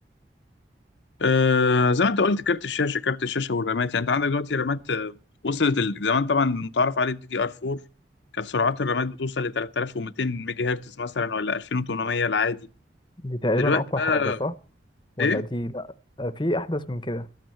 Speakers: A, on the left (about 80°); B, on the left (about 25°).
A: آه زي ما انت قلت كارت الشاشه كارت الشاشه والرامات يعني انت عندك دلوقتي رامات آه، وصلت ال... زمان طبعا متعارف عليه الدي دي ار 4 كانت سرعات الرامات بتوصل ل 3200 ميجا هرتز مثلا ولا 2800 العادي
B: دي تقريبا
A: دلوقتي
B: اقوى
A: بقى
B: حاجة صح ولا
A: ايه
B: دي لا آه، في احدث من كده